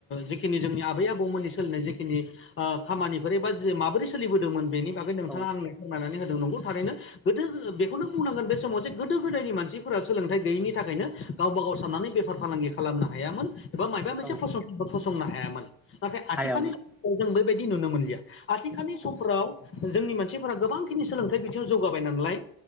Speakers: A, on the left; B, in the centre.
A: जिखिनि जोंनि आबै आबौ आबौमोननि सोलिनाय जिखिनि ओ खामानिफोर एबा जे माबोरै सोलिबोदोंमोन बेनि बागै नोंथाङा
B: औ
A: आंनो फोरमायनानै होदों नंगौ थारैनो। गोदो बेखौनो बुंनांगोन बे समाव जे गोदो गोदायनि मानसिफोरा सोलोंथाइ गैयिनि थाखायनो गावबा गाव साननानै बेफार फालांगि खालामनो हायामोन। एबा माबा मोनसे
B: औ
A: फसंथानफोर फसंनो हायामोन नाथाय आथिखालनि
B: हायामोन
A: <unintelligible> जों बेबायदि नुनो मोनलिया। आथिखालनि समफोराव
B: औ
A: जोंनि मानसिफोरा गोबांखिनि सोलोंथाइ बिथिङाव जौगाबाय नालाय।